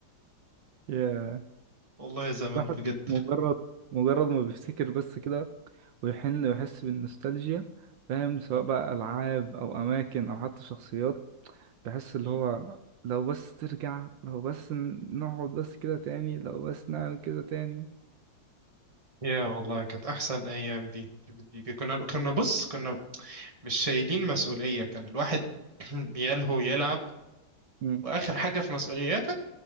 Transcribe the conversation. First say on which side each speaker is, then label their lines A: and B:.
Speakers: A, on the right; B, on the right.
A: ياه
B: والله يا زمن
A: الواحد
B: بجد
A: مجرد مجرد ما بيفتكر
B: <laughs>
A: بس كده ويحن ويحس بالنوستالجيا فاهم سواء
B: م-
A: بقى ألعاب أو أماكن أو حتى شخصيات بحس اللي
B: م-
A: هو لو بس ترجع لو بس ن- نقعد بس كده تاني لو بس نعمل كده تاني
B: يا والله كانت احسن ايام دي دي, دي, دي. كنا كنا بص كنا مش شايلين مسؤوليه كان الواحد بيلهو يلعب
A: مم.
B: واخر حاجه في مسؤولياتك